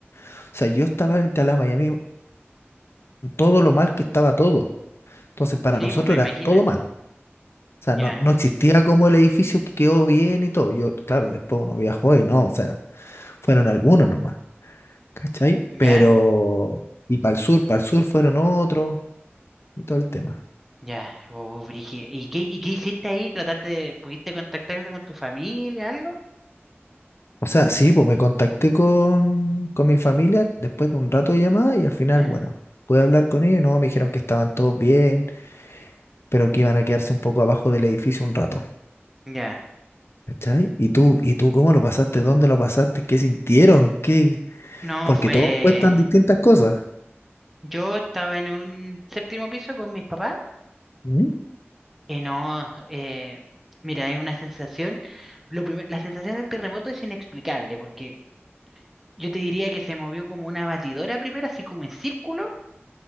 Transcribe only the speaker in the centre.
Sí,
po, me imagino.
Ya,
ya,
ya. Oh, brígido. ¿Y qué, y qué hiciste ahí? ¿Trataste, pudiste contactarte con tu familia, algo?
¿Ya?
Ya.
No,
fue.
Yo estaba en un séptimo piso con mis papás.
Y no, eh, mira, es una sensación. Lo primer- la sensación del terremoto es inexplicable, porque yo te diría que se movió como una batidora primero, así como en círculo,